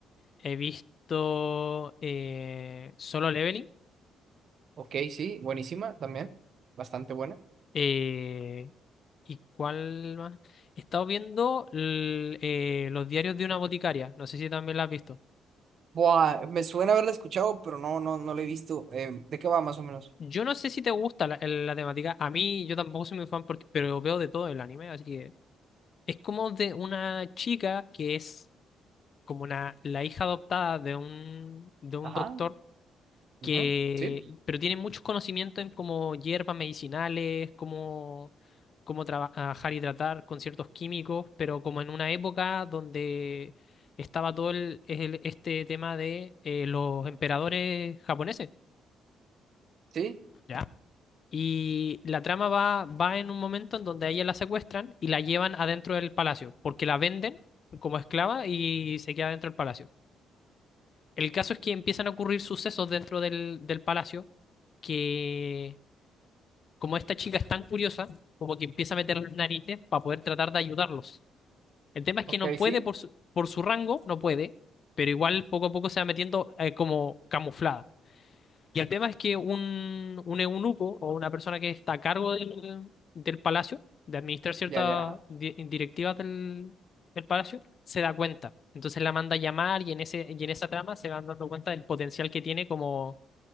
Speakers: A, on the left; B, on the right.
A: He visto eh, Solo Leveling.
B: Ok, sí, buenísima también. Bastante buena.
A: Eh, ¿y cuál más? He estado viendo l- eh, Los diarios de una boticaria. No sé si también la has visto.
B: Buah, me suena haberla escuchado, pero no, no, no la he visto. Eh, ¿de qué va más o menos?
A: Yo no sé si te gusta la, el- la temática. A mí, yo tampoco soy muy fan, porque, pero veo de todo el anime, así que Es como de una chica que es como una, la hija adoptada de un, de un
B: Ajá.
A: doctor que,
B: ujú, Sí,
A: pero tiene muchos conocimientos en como hierbas medicinales, cómo, cómo trabajar y tratar con ciertos químicos, pero como en una época donde estaba todo el, el- este tema de eh, los emperadores japoneses,
B: sí.
A: ¿ya? Y la trama va, va en un momento en donde a ella la secuestran y la llevan adentro del palacio, porque la venden como esclava y se queda dentro del palacio. El caso es que empiezan a ocurrir sucesos dentro del, del palacio que, como esta chica es tan curiosa, como que empieza a meter las narices para poder tratar de ayudarlos. El tema es que
B: Ok,
A: no puede
B: sí.
A: por su, por su rango, no puede, pero igual poco a poco se va metiendo eh, como camuflada. Y el tema es que un, un eunuco o una persona que está a cargo del, del palacio, de administrar ciertas
B: Ya, ya. ajá,
A: di- directivas del, del palacio, se da cuenta. Entonces la manda a llamar y en ese, y en esa trama se van dando cuenta del potencial que tiene como,